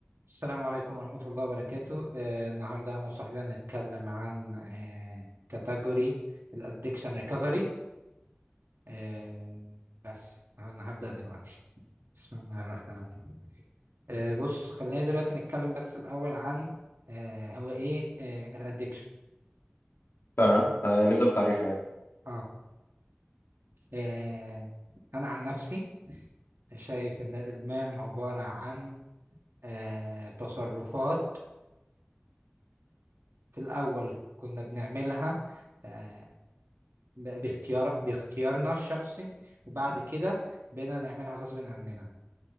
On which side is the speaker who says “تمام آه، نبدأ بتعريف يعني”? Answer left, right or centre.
Left